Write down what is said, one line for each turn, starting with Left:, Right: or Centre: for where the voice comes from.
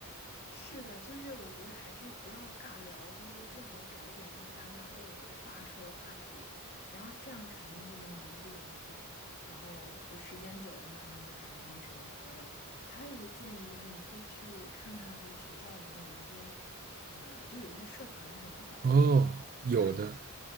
Left: 是的，就是我觉得还是不要尬聊，就是最好找一点就是大家都有话说的话题，然后这样肯定就是你一句我一句，然后就时间久了，慢慢就肯定能成为朋友。还有一个建议就是，你可以去看看，就是学校里面有一些，呃，就有一些社团什么的，
Right: 哦，
Left: 你可以去加一下。
Right: 有的，